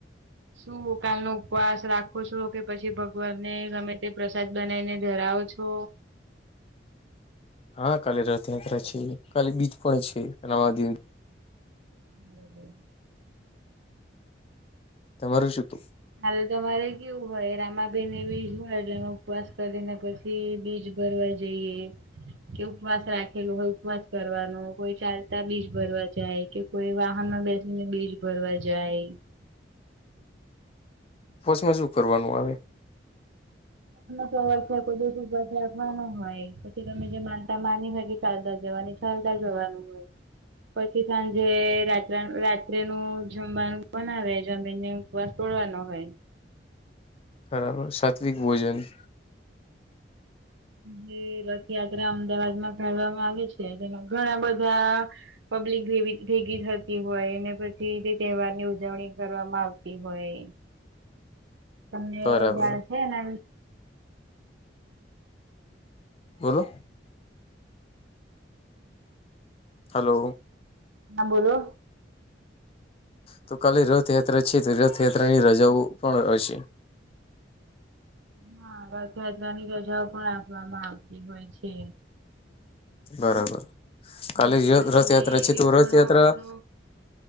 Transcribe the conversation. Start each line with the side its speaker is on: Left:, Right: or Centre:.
Right: શું કાલ નો ઉપવાસ રાખો છો કે પછી ભગવાનને ગમે તે પ્રસાદ બનાવીને ધરાવો છો
Left: હા કાલે રથયાત્રા છે કાલે બીજ પણ છે <unintelligible>
Right: <inaudible>
Left: તમારું શું તું
Right: હા તમારે કેવું હોય રમાબેન એ બીજ હોય એટલે એ ઉપવાસ કરીને પછી બીજ ભરવા જઈએ. કે ઉપવાસ રાખેલો હોય ઉપવાસ કરવાનો કોઈ ચાલતા બીજ ભરવા જાય કે કોઈ વાહનમા બેસીને બીજ ભરવા જાય.
Left: બસ મજું કરવાનું આવે.
Right: ચ વર્ષ કોઈ દિવસા રાખવાનો હોય પછી તમે જે માનતા માની હો. ચાલદતા જવાની ચાલતા જવાનું હોય. પછી સાંજે રાત્ર રાત્રે નું જમવાનું પણ આવે જમીને. <unintelligible>
Left: બરાબર સાત્વિક ભોજન
Right: જે રથયાત્રા અમદાવાદમાં કાઢવામાં આવે છે તેમાં ઘણા બધા. પબ્લિકે ભેગી થતી હોય પછી તે તહેવાર ની ઉજવણી કરવામાં આવતી હોય. તમને
Left: બરાબર
Right: જાડ છે એને.
Left: બોલો. હલો
Right: ના બોલો
Left: તો કાલે રથયાત્રા છે તો રથયાત્રા ની રજાઓ પણ હશે.
Right: હા આ ખદવાની રજાઓ પણ આપવામાં આવતી હોય છે.
Left: બરાબર કાલી
Right: જેથી કરીને
Left: રથયાત્રા છે તો
Right: એક ઘણો
Left: રથયાત્રા.
Right: બધો